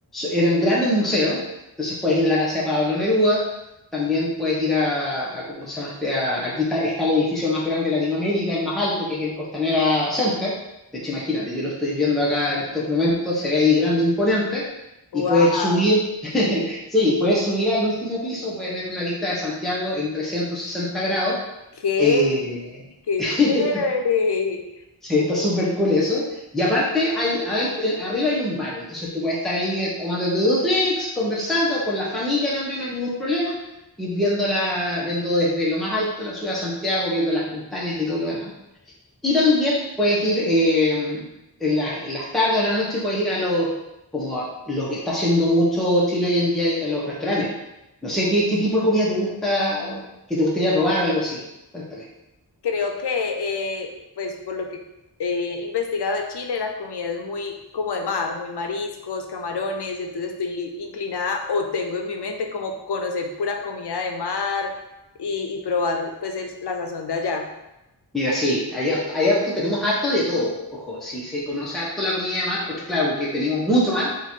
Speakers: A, in the centre; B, on the left.
A: eran grandes museos. Entonces puedes ir a la casa de Pablo Neruda, también puedes ir a, a ¿cómo se llama este? A- aquí está, está el edificio más grande de Latinoamérica, el más alto, que es el Costanera Center. De hecho, imagínate, yo lo estoy viendo acá en estos momentos, se ve ahí grande, imponente,
B: ¡Wow!
A: y puedes subir <laughs> Sí, puedes subir al último piso, puedes ver una vista de Santiago en 360 grados.
B: ¿Qué?
A: Eh,
B: Qué
A: <laughs>
B: chévere.
A: sí, está súper cool eso. Y aparte, hay, aden- eh, arriba hay un bar, entonces tú puedes estar ahí eh, tomándote dos drinks, conversando con la familia también, no hay ningún problema, y viendo, la, viendo desde lo más alto la ciudad de Santiago, viendo las montañas y todo lo demás. Y también puedes ir eh, en las, en las tardes o en las noches, puedes ir a los, como a lo que está haciendo mucho Chile hoy en día, ir a los restaurantes. No sé, ¿qué, qué tipo de comida te gusta, que te gustaría probar o algo así? Cuéntame.
B: Creo que, eh, pues, por lo que he investigado de Chile, la comida es muy como de mar, muy mariscos, camarones. Entonces estoy inclinada o tengo en mi mente como conocer pura comida de mar y, y probar, pues, el- la sazón de allá.
A: Mira, sí, hay harto, hay harto- tenemos harto de todo. Ojo, sí se conoce harto la comida de mar, porque claro, que tenemos mucho mar,